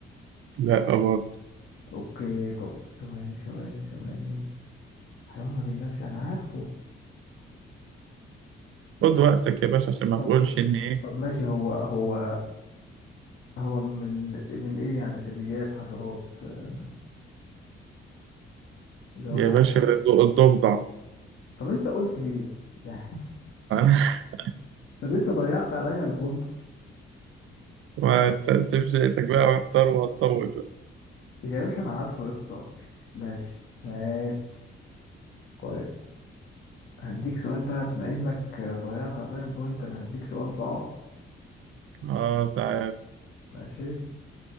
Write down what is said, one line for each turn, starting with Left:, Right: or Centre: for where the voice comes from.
Right: لا برضه
Left: اوكي طب ثواني ثواني ثواني حيوان ما بينامش انا عارفه
Right: خد وقتك يا باشا عشان ما
Left: طب
Right: تقولش ان ايه
Left: طب ماشي هو هو هو من من ايه يعني ثدييات حشرات آه، زواحف
Right: يا باشا ضو- الضفدع
Left: طب انت قلت ليه يعني
Right: <laughs>
Left: <laughs> طب انت ضيعت عليا البنط
Right: ما تقسمش لقيتك بقى محتار وهتطول بقى
Left: يا باشا انا عارفه يا اسطى ماشي ماشي طيب هديك سؤال بقى بما انك ضيعت عليا البوينت انا هديك سؤال صعب
Right: اه تعال
Left: ماشي